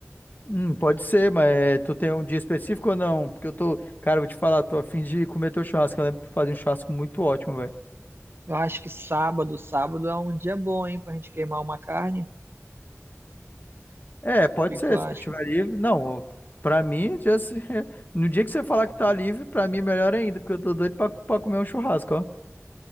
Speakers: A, on the left; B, on the right.
A: Hum, pode ser, mas é, tu tem um dia específico ou não? Porque eu tô, cara, eu vou te falar, tô a fim de comer teu churrasco. Eu lembro que tu fazia um churrasco muito ótimo, velho.
B: Eu acho que sábado, sábado é um dia bom, hein, pra gente queimar uma carne.
A: É, pode
B: O que que
A: ser,
B: tu acha?
A: se tu tiver livre. Não, pra mim, já se- <laughs> no dia que você falar que tá livre, pra mim é melhor ainda, porque eu tô doido pra, pra comer um churrasco, ó.